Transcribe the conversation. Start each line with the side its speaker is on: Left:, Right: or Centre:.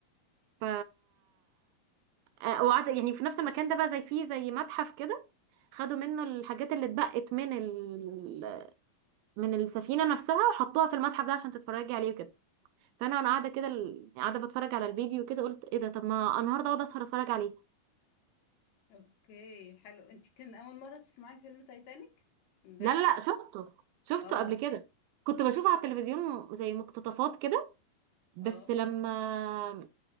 Right: ف آه، وقعد يعني في نفس المكان ده بقى زي فيه زي متحف كده خدوا منه الحاجات اللي اتبقت من ال... من السفينة نفسها وحطوها في المتحف ده عشان تتفرجي عليه وكده فانا وانا قاعدة كده ال- قاعدة بتفرج على الفيديو كده قلت ايه ده طب ما النهارده اقعد اسهر اتفرج عليه
Left: اوكي حلو انت كان اول مرة تسمعي فيلم تايتانيك امبارح
Right: لا لا لا، شفته شفته
Left: اه
Right: قبل كده كنت بشوفه على التلفزيون زي مقتطفات كده بس
Left: اه
Right: لما